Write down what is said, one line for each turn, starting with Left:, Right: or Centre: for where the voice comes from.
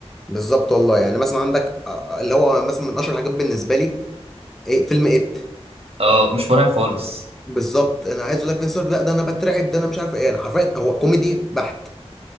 Centre: بالظبط والله يعني مثلا عندك آه، آه، اللي هو مثلا من اشهر الحاجات بالنسبه لي إيه فيلم ات
Right: اه مش مرعب خالص
Centre: بالظبط انا عايز اقول لك فينس لا ده انا بترعب ده انا مش عارف ايه انا حرفيا هو كوميدي بحت